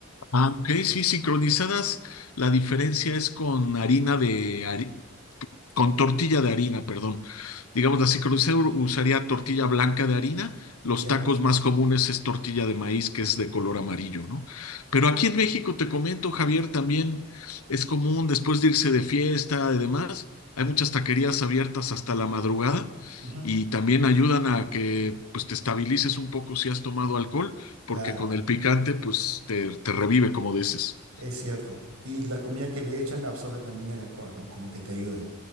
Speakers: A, on the left; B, on the right.
A: Ah, ok, sí, sincronizadas, la diferencia es con harina de, con tortilla de harina, perdón. Digamos así, crucero usaría tortilla blanca de harina. Los
B: Ya,
A: tacos más comunes es tortilla de maíz, que es de color amarillo, ¿no? Pero aquí en México, te comento, Javier, también es común después de irse de fiesta y demás. Hay muchas taquerías abiertas hasta la madrugada
B: ujú,
A: y también ayudan a que pues te estabilices un poco si has tomado alcohol, porque
B: Claro,
A: con el picante pues te, te revive, como dices.
B: es cierto. Y la comida que le echan absorbe también el alcohol, ¿no? Como que te ayuda.